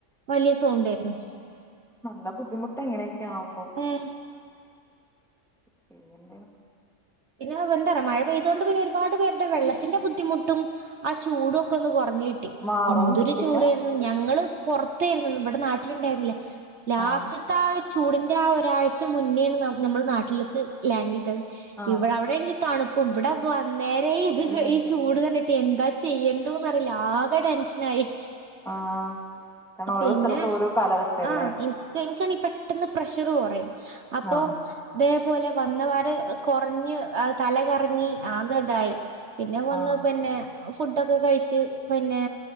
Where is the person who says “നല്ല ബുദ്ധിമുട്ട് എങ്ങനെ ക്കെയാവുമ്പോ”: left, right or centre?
Centre